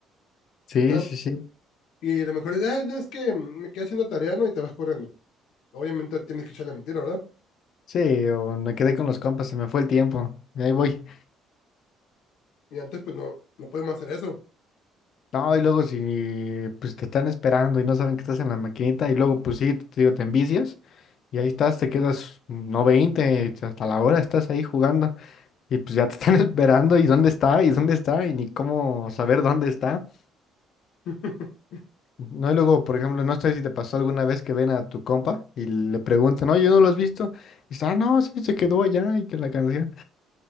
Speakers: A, on the left; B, on the left.
A: Sí,
B: ¿Verdad?
A: sí, sí.
B: Y a lo mejor es, ah, no, es que me quedé haciendo tarea, ¿no? Y te vas corriendo. obviamente tienes que echarle mentira, ¿verdad?
A: Sí, o me quedé con los compas, se me fue el tiempo. Y ahí voy.
B: Y antes, pues no, no podemos hacer eso.
A: No, y luego si pues te están esperando y no saben que estás en la maquinita, y luego pues sí, te digo, te envicias, y ahí estás, te quedas mm, no 20 hasta la hora estás ahí jugando, y pues ya te están <laughs> esperando, y dónde está, y dónde está, y ni cómo saber dónde está.
B: <laughs>
A: No, y luego, por ejemplo, no sé si te pasó alguna vez que ven a tu compa y le preguntan, no, yo no lo has visto. Y dice, ah, no, sí, se quedó allá y que la canción.